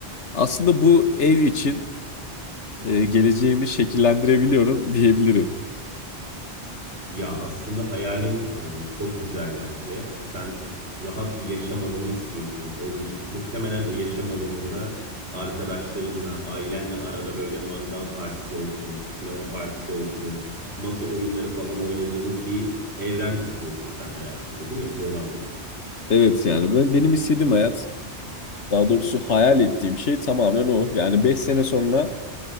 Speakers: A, on the left; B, on the right.
A: Aslında bu ev için e, geleceğimi şekillendirebiliyorum <laughs> diyebilirim.
B: Ya aslında hayalin e, çok güzel bence. Sen rahat bir yaşam alanı istiyorsun. O, muhtemelen o yaşam alanında arkadaşlarınla, ailenle arada böyle mangal partisi olsun, sinema partisi olsun, masa oyunları falan oynadığınız bir evren istiyorsun sen hayatında, değil mi? Doğru anladım.
A: Evet yani ben, benim istediğim hayat daha doğrusu hayal ettiğim şey tamamen o. Yani 5 sene sonra